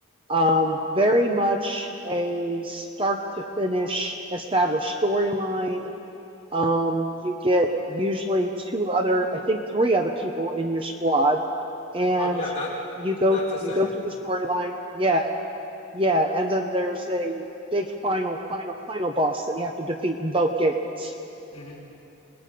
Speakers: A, on the right; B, on the left.
A: Um, very much a start to finish established storyline. Um, you get usually two other, I think three other people in your squad, and
B: Oh yeah, that
A: you go
B: that's the same.
A: you go through the storyline. Yeah, yeah, and then there's a big final, final, final boss that you have to defeat in both games.
B: Mm-hmm.